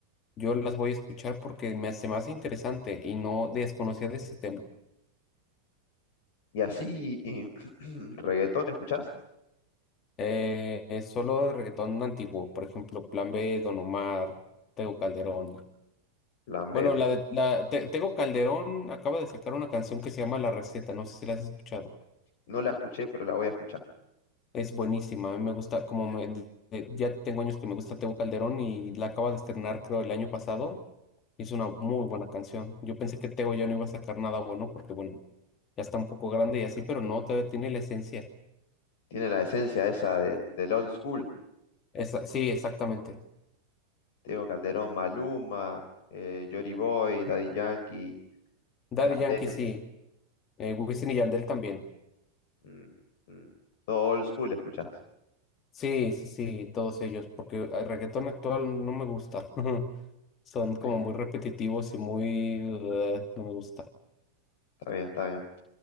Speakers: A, on the left (about 30°); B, on the left (about 50°).
A: yo las voy a escuchar porque me hace más interesante y no desconocía de ese tema.
B: Y así, y, <clears throat> reggaetón, ¿escuchás?
A: Eh, es solo de reggaetón antiguo, por ejemplo, Plan B, Don Omar, Tego Calderón.
B: Plan B.
A: Bueno, la de- la, Te- Tego Calderón acaba de sacar una canción que se llama La Receta, no sé si la has escuchado.
B: No la escuché, pero la voy a escuchar.
A: Es buenísima, a mí me gusta, como me, de- de- ya tengo años que me gusta Tego Calderón y la acaba de estrenar creo el año pasado. Es una muy buena canción. Yo pensé que Tego ya no iba a sacar nada bueno porque bueno, ya está un poco grande y así, pero no, todavía tiene la esencia.
B: tiene la esencia esa del, del old school.
A: Esa- sí, exactamente.
B: Diego Calderón, Maluma, eh, Jory Boy, Daddy Yankee,
A: Daddy
B: Yandel.
A: Yankee sí, eh, Wisin y Yandel también.
B: mm, mm, todo old school escuchás.
A: Sí, sí, sí, todos ellos, porque el reggaetón actual no me gusta. <laughs> Son como
B: Está bien,
A: muy repetitivos y muy... eh, no me gusta.
B: está bien, está bien.